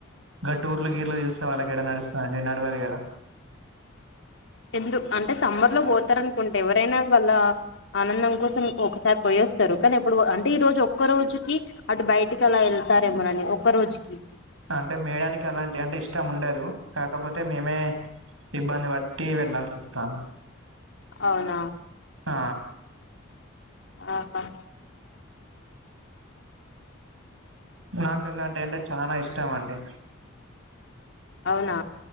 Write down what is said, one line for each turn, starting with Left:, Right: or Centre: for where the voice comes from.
Right: గటూర్లు, గీర్లో తెలిస్తే వాళ్ళకి ఏడ నడుస్తాది అంటే నడవదు కదా
Left: ఎందు అంటే సమ్మర్ లో పోతారనుకుంట, ఎవరైనా వాళ్ళ ఆనందం కోసం ఒకసారి పోయేసి వస్తారు. కానీ ఎప్పుడు అంటే ఈ రోజు ఒక్క రోజుకి అటు బయటికి అలా వెళ్తారేమోనని ఒక్క రోజుకి
Right: అంటే మేడానికి అలాంటి వంటే ఇష్టం ఉండదు. కాకపోతే మేమే ఇబ్బంది పెట్టి వెళ్లాల్సివస్తోంది.
Left: అవునా
Right: ఆ
Left: ఆహా!
Right: నాకు ఇలాంటివి అంటే చాలా ఇష్టం అండి.
Left: అవునా